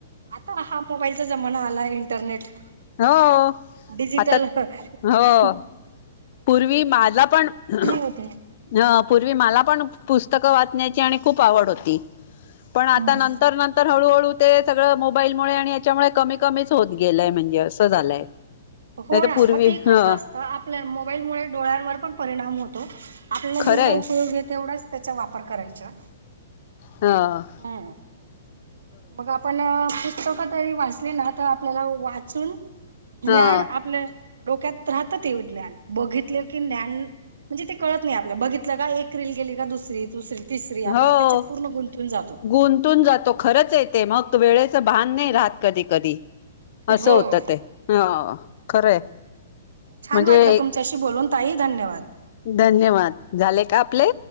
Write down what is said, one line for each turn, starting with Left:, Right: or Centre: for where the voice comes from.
Right: आता हा मोबाईलचा जमाना आलाय इंटरनेट,
Left: हो
Right: डिजिटलऽऽऽ
Left: आता हो पूर्वी माझा पण, अंऽऽऽपूर्वी
Right: होते
Left: मला पण, पुस्तकं वाचन्याची आणि खूप आवड होती, पण
Right: हम्म.
Left: आता नंतर नंतर, हळूहळू तेऽऽ सगळं मोबाईलमुळे, आणि याच्यामुळे, कमी कमीच होत गेलंय म्हणजे असं झालंय,
Right: हो
Left: नाही तर
Right: ऽना
Left: पूर्वी
Right: मग ते
Left: ह
Right: कसं असतं आपल्या मोबाईलमुळे डोळ्यांवर पण परिणाम होतो, आपल्याला
Left: खरंय
Right: जेवढा उपयोग य तेवढाच त्याचा वापर करायचा,
Left: हाऽऽ
Right: हम्म. मग आपणऽऽऽ पुस्तकं तरी वाचली ना तर आपल्याला वाचूनऽऽ
Left: हा
Right: ज्ञान, आपलं डोक्यात राहत ते विज्ञान, बघितलं की ज्ञान, म्हणजे ते कळत नाही आपलं, बघितलं का एक रील गेली का दुसरी दुसरी, तिसरी आपण
Left: होऽऽ
Right: त्याच्यात पूर्ण गुंतून जातो.
Left: ऽगुंतून जातो खरंच य, ते मग वेळेच भान नाही राहत कधी कधी, असं
Right: हो.
Left: होतं ते, अंऽऽऽ खरंय‌
Right: छान
Left: म्हणजे,
Right: वाटलं तुमच्याशी बोलून ताई धन्यवाद.
Left: धन्यवाद, झाले का प्ले